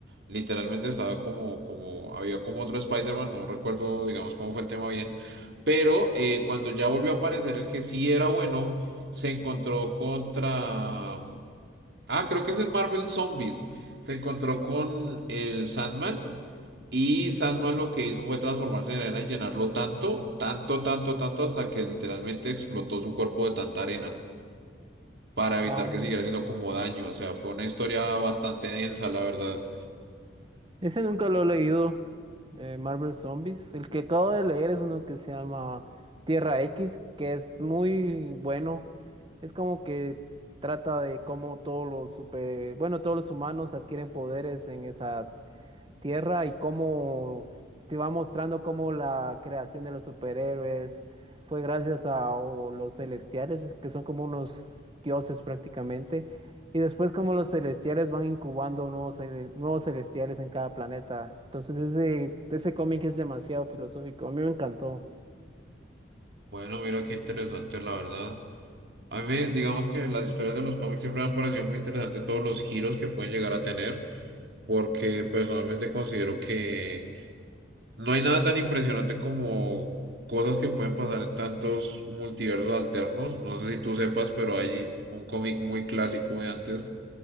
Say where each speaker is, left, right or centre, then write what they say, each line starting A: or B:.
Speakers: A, on the right; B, on the right.
A: Literalmente estaba como, como, había como otro Spider-Man, no recuerdo, digamos, cómo fue el tema bien. Pero eh, cuando ya volvió a aparecer el que sí era bueno, se encontró contra... Ah, creo que es en Marvel Zombies. Se encontró con el Sandman. Y Sandman lo que hizo fue transformarse en arena y llenarlo tanto, tanto, tanto, tanto, hasta que literalmente explotó su cuerpo de tanta arena para
B: Ah,
A: evitar que siguiera haciendo como daño. O sea, fue una historia bastante densa, la verdad.
B: Ese nunca lo he leído, eh, Marvel Zombies. El que acabo de leer es uno que se llama Tierra X, que es muy bueno. Es como que trata de cómo todos los super, bueno, todos los humanos adquieren poderes en esa tierra y cómo te va mostrando cómo la creación de los superhéroes fue gracias a o los celestiales, que son como unos dioses prácticamente, y después cómo los celestiales van incubando nuevos, cele- nuevos celestiales en cada planeta. Entonces ese, ese cómic es demasiado filosófico, a mí me encantó.
A: Bueno, mira qué interesante, la verdad. A mí, me- digamos que las historias de los cómics siempre me han parecido muy interesantes todos los giros que pueden llegar a tener, porque personalmente considero que No hay nada tan impresionante como cosas que pueden pasar en tantos multiversos alternos. No sé si tú sepas, pero hay un cómic muy clásico de antes,